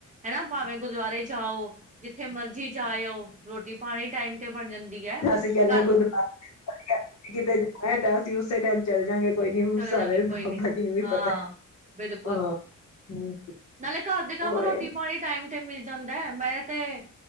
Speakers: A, on the right (about 25°); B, on the left (about 55°).
A: ਹਨਾ ਭਾਵੇਂ ਗੁਰਦੁਆਰੇ ਜਾਓ ਜਿੱਥੇ ਮਰਜ਼ੀ ਜਾਇਓ ਰੋਟੀ ਪਾਣੀ ਟਾਈਮ ਤੇ ਬਣ ਜਾਂਦੀ ਹੈ
B: ਅਸੀਂ ਕਹਿੰਦੇ
A: ਘਰ
B: <unintelligible> ਕਿਤੇ ਜਾਣਾ ਤਾਂ ਅਸੀਂ ਉਸੇ ਟਾਈਮ ਚੱਲ ਜਾਂਗੇ। ਕੋਈ ਨੀ
A: ਚਲੇ
B: ਸਾਰੇ
A: ਜਾਂਗੇ ਕੋਈ
B: ਬਾਬਾ
A: ਨੀ।
B: ਜੀ ਨੂੰ ਵੀ
A: ਹਾਂ,
B: ਪਤਾ ਹੈ।
A: ਬਿਲਕੁਲ
B: ਹਾਂ ਹਮ
A: ਨਾਲੇ ਘਰ ਦੇ ਕੰਮ
B: ਓਏ
A: ਰੋਟੀ ਪਾਣੀ ਟਾਈਮ ਤੇ ਮਿਲ ਜਾਂਦੇ ਮੈਂ, ਮੈਂ ਤੇ